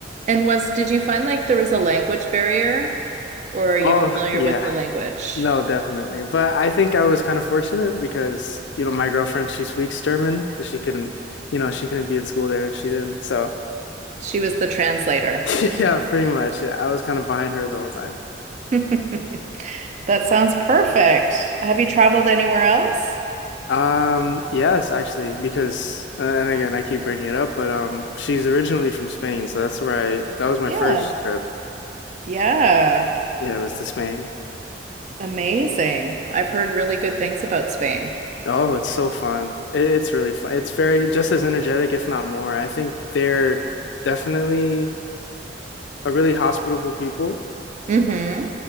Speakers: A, on the right; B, on the left.
A: And was, did you find like there was a language barrier, or are you
B: Oh,
A: familiar
B: yeah.
A: with the language?
B: No, definitely. But I think I was kind of fortunate because, you know, my girlfriend, she speaks German. She couldn't, you know, she couldn't be in school there if she didn't. So,
A: She was the translator.
B: <laughs> yeah, pretty much. I was kind of behind her the whole time.
A: <laughs> That sounds perfect. Have you traveled anywhere else?
B: Um, yes, actually, because, uh, and again, I keep bringing it up, but um, she's originally from Spain, so that's where I, that was my
A: Yeah.
B: first trip.
A: Yeah.
B: Yeah, it was to Spain.
A: Amazing. I've heard really good things about Spain.
B: Oh, it's so fun. It, it's really fun. It's very, just as energetic, if not more. I think they're definitely a really hospitable people.
A: Mm-hmm.